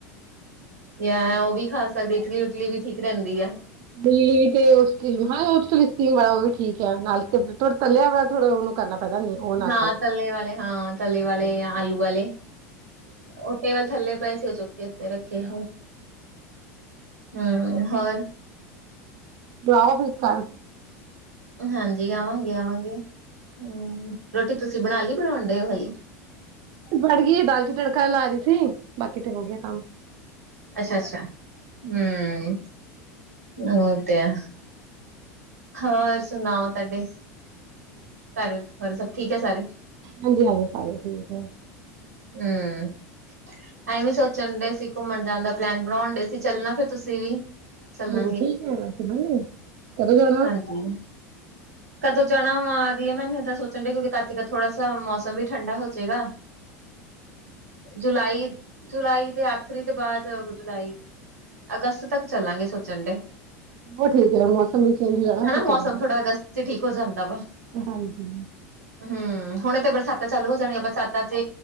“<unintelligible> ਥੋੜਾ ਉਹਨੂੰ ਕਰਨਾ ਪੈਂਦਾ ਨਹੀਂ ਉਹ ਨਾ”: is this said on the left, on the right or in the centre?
Right